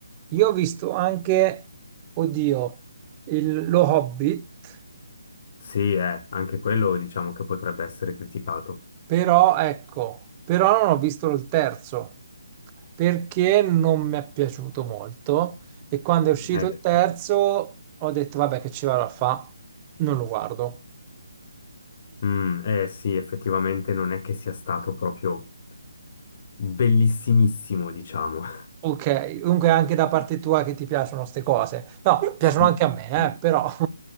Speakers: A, on the right; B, on the left.
A: Io ho visto anche, oddio, il- lo Hobbit.
B: Sì, eh, anche quello diciamo che potrebbe essere criticato.
A: Però ecco, però non ho visto il terzo perché non mi è piaciuto molto e quando è uscito
B: Eh,
A: il terzo ho detto vabbè che ci vado a fa, non lo guardo.
B: Mm, eh sì, effettivamente non è che sia stato proprio bellissimissimo, diciamo. <laughs>
A: Ok, comunque anche da parte tua che ti piacciono queste cose. No, piacciono
B: Sì,
A: anche a me,
B: sì.
A: eh, però <laughs>